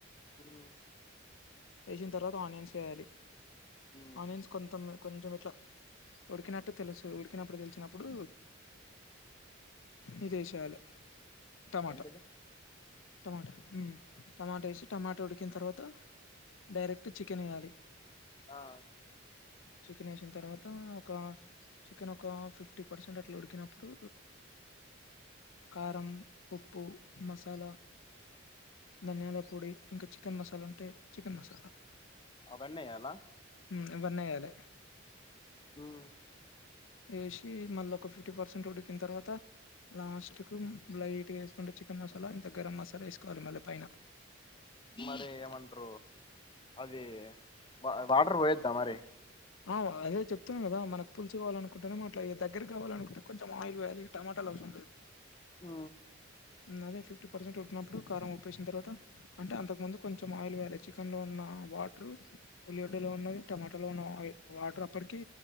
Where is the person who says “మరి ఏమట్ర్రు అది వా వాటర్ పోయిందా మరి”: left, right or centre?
Left